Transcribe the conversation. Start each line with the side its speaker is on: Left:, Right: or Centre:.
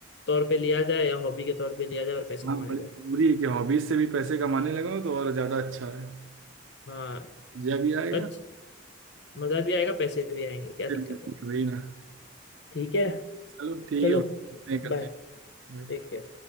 Left: तौर पे लिया जाए या हॉबी के तौर पे लिया जाए और पैसे
Right: हाँ
Left: कमाए
Right: बड़ी
Left: जाए
Right: जरूरी है कि हॉबीज से भी पैसे कमाने लगो तो और ज्यादा अच्छा है
Left: हाँ
Right: मजा भी आएगा
Left: अच्छा मजा भी आएगा पैसे भी आएंगे
Right: <laughs>
Left: क्या
Right: फिर
Left: दिक्कत
Right: वही
Left: है
Right: वही ना
Left: ठीक है
Right: चलो ठीक
Left: चलो
Right: है करते हैं करते
Left: बाय
Right: हैं।
Left: Take care